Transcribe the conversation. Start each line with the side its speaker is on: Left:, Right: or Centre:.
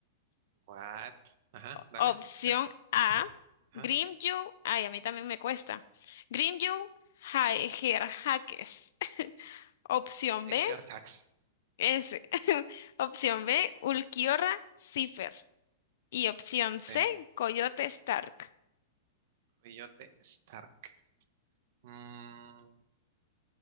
Right: What? Ajá, dale.
Left: Opción
Right: Espera,
Left: A,
Right: ajá.
Left: Grimyu. Ay, a mí también me cuesta. Grimyu Haegerhakes. <laughs> Opción
Right: Edgar
Left: B,
Right: Tax.
Left: S. <laughs> Opción B, Ulquiorra Cipher. Y opción C,
Right: Sí.
Left: Coyote Stark.
Right: Coyote Stark. Mm,